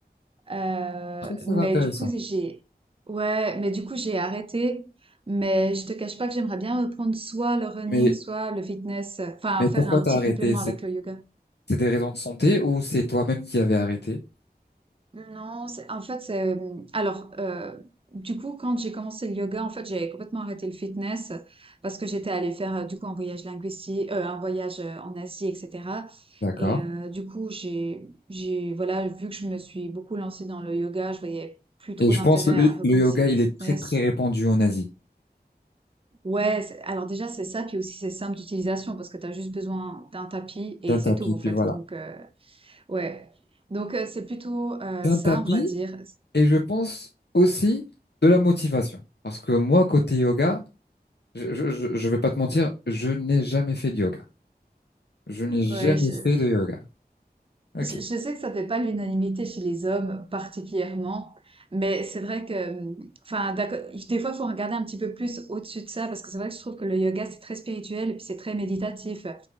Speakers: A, on the right (about 35°); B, on the left (about 80°).
A: Euh,
B: Très, très
A: mais
B: intéressant.
A: du coup, j'ai, ouais, mais du coup, j'ai arrêté. Mais je te cache pas que j'aimerais bien reprendre soit le running,
B: Mais,
A: soit le fitness. euh, Enfin,
B: mais
A: faire
B: pourquoi
A: un
B: t'as
A: petit
B: arrêté?
A: complément
B: C'est
A: avec le yoga.
B: c'est des raisons de santé ou c'est toi-même qui avais arrêté?
A: Non, c'est- en fait, c'est, euh, alors, euh, du coup, quand j'ai commencé le yoga, en fait, j'ai complètement arrêté le fitness parce que j'étais allée faire, euh, du coup, un voyage linguistique, euh, un voyage euh, en Asie, etc.
B: D'accord.
A: Et euh, du coup, j'ai, j'ai, voilà, vu que je me suis beaucoup lancée dans le yoga, je voyais plus trop
B: Et je
A: d'intérêt
B: pense le, le
A: à recommencer
B: yoga,
A: le
B: il
A: fitness.
B: est très, très répandu en Asie.
A: Ouais, c'est- alors déjà c'est ça, puis aussi c'est simple d'utilisation parce que tu as juste besoin d'un tapis et
B: D'un
A: c'est
B: tapis,
A: tout en
B: puis
A: fait.
B: voilà.
A: Donc euh, ouais, donc euh, c'est plutôt euh,
B: D'un
A: ça,
B: tapis,
A: on va dire.
B: et je pense aussi de la motivation. Parce que moi, côté yoga, je, je, je je vais pas te mentir, je n'ai jamais fait de yoga. Je n'ai
A: Ouais,
B: jamais
A: je,
B: fait de yoga. Ok.
A: je- je sais que ça fait pas l'unanimité chez les hommes particulièrement, mais c'est vrai que, hum, enfin d'accord, des fois il faut regarder un petit peu plus au-dessus de ça parce que c'est vrai que je trouve que le yoga c'est très spirituel et puis c'est très méditatif.